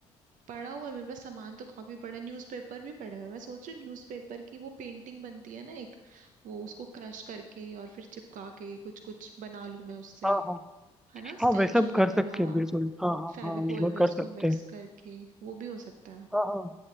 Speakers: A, on the right; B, in the centre.
A: पड़ा हुआ है मेरे पास सामान तो काफी पड़ा है न्यूज़पेपर भी पड़ा हुआ है मैं सोच रही हूँ न्यूज़पेपर की वो पेंटिंग बनती है ना एक वो उसको क्रश करके और फिर चिपका के कुछ कुछ बना लूं मैं उससे
B: हाँ हाँ
A: है ना
B: हाँ
A: स्टेचू
B: वैसा कर
A: वगैरह
B: सकते हैं बिल्कुल हाँ हाँ
A: फेविकोल
B: हाँ वो
A: में
B: कर
A: उसको
B: सकते
A: मिक्स
B: हैं
A: करके वो भी हो सकता है
B: हाँ हाँ